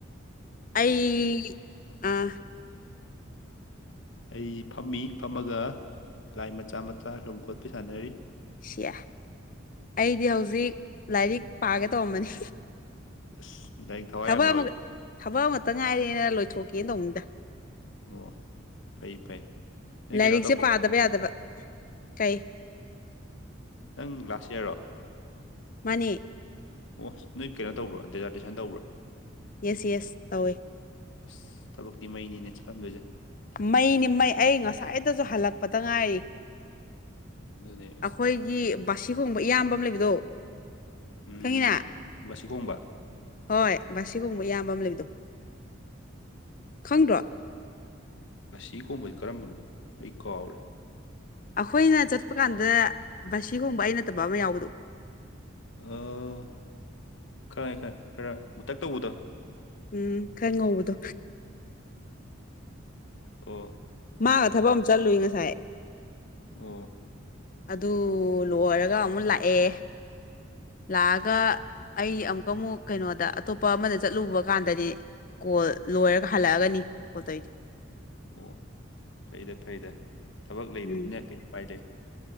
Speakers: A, on the left (about 40°); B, on the left (about 65°).
A: ꯑꯩ ꯑꯥ
B: ꯑꯩ ꯐꯝꯃꯤ ꯐꯝꯃꯒ ꯂꯥꯏ ꯃꯆꯥ ꯃꯆꯥ ꯁꯨꯝ ꯈꯣꯠꯄꯤ ꯁꯥꯟꯅꯔꯤ
A: ꯁꯤꯌꯥ ꯑꯩꯗꯤ ꯍꯧꯖꯤꯛ ꯂꯥꯏꯔꯤꯛ ꯄꯥꯒꯦ ꯇꯧꯔꯝꯕꯅꯤ
B: ꯏꯁ ꯂꯥꯏꯔꯤꯛ ꯊꯋꯥꯏ
A: ꯊꯕꯛ
B: ꯌꯥꯝ ꯌꯥꯎꯋꯤꯀꯣ
A: ꯑꯃꯒ ꯊꯕꯛ ꯑꯃꯇ ꯉꯥꯏꯔꯦꯅ ꯂꯣꯏꯊꯣꯛꯀꯦꯅ ꯇꯧꯅꯤꯗ
B: ꯑꯣ ꯐꯩ ꯐꯩ ꯅꯣꯏ
A: ꯂꯥꯏꯔꯤꯛꯁꯦ
B: ꯀꯩꯅꯣ ꯇꯧꯕ꯭ꯔꯣ
A: ꯄꯥꯗꯕ ꯌꯥꯗꯕ ꯀꯩ
B: ꯅꯪ ꯂꯥꯁ ꯌꯥꯔꯔꯣ
A: ꯃꯥꯟꯅꯦ
B: ꯑꯣ ꯅꯣꯏ ꯀꯩꯅꯣ ꯇꯧꯕ꯭ꯔꯥ ꯗꯦꯖꯥꯔꯇꯦꯁꯟ ꯇꯧꯕ꯭ꯔꯣ
A: ꯌꯦꯁ ꯌꯦꯁ ꯇꯧꯋꯦ
B: ꯑꯁ ꯊꯕꯛꯇꯤ ꯃꯩꯅꯤꯅꯦ ꯈꯟꯗꯣꯏꯁꯦ
A: ꯃꯩꯅꯤ ꯃꯩ ꯑꯩ ꯉꯁꯥꯏꯗꯁꯨ ꯍꯜꯂꯛꯄꯗ ꯉꯥꯏꯔꯤ
B: ꯑꯗꯨꯅꯦ ꯑꯁ
A: ꯑꯩꯈꯣꯏꯒꯤ ꯕꯥꯁꯤꯒꯨꯝꯕ ꯏꯌꯥꯝꯕ ꯑꯃ ꯂꯩꯕꯗꯣ
B: ꯎꯝ
A: ꯈꯪꯉꯤꯅ
B: ꯁꯤ ꯈꯣꯡꯕ
A: ꯍꯣꯏ ꯕꯥꯁꯤꯒꯨꯝꯕ ꯏꯌꯥꯝꯕ ꯑꯃ ꯂꯩꯕꯗꯣ ꯈꯪꯗ꯭ꯔꯣ
B: ꯑꯁꯤ ꯈꯣꯡꯕꯕꯁꯤ ꯀꯔꯝꯕꯅꯣ ꯑꯩ ꯀꯥꯎꯔꯦ
A: ꯑꯈꯣꯏꯅ ꯆꯠꯄ ꯀꯥꯟꯗ ꯕꯥꯁꯤꯈꯣꯡꯕ ꯑꯩ ꯅꯠꯇꯕ ꯑꯃ ꯌꯥꯎꯕꯗꯣ
B: ꯑꯥ ꯈꯪꯉꯦ ꯈꯪꯉꯦ ꯈꯔ ꯃꯨꯇꯛ ꯇꯧꯕꯗꯣ
A: ꯎꯝ ꯈꯔ ꯉꯧꯕꯗꯣ
B: ꯑꯣ
A: ꯃꯥꯥꯡꯒ ꯊꯕꯛ ꯑꯃ ꯆꯠꯂꯨꯏ ꯉꯁꯥꯏ
B: ꯎꯝ
A: ꯑꯗꯨ ꯂꯣꯏꯔꯒ ꯑꯃꯨꯛ ꯂꯥꯛꯑꯦ ꯂꯥꯛꯑꯒ ꯑꯩ ꯑꯃꯨꯛꯀ ꯑꯃꯨꯛ ꯀꯩꯅꯣꯗ ꯑꯇꯣꯞꯄ ꯑꯃꯗ ꯆꯠꯂꯨꯕ ꯀꯥꯟꯗꯗꯤ ꯀꯣꯜ ꯂꯣꯏꯔꯒ ꯍꯜꯂꯛꯑꯒꯅꯤ ꯄꯣꯠꯠꯇꯩꯗꯨ
B: ꯑꯣ ꯐꯩꯗ ꯐꯩꯗ ꯊꯕꯛ ꯂꯩꯕꯅꯤꯅ
A: ꯎꯝ
B: ꯀꯔꯤ ꯄꯥꯏꯗ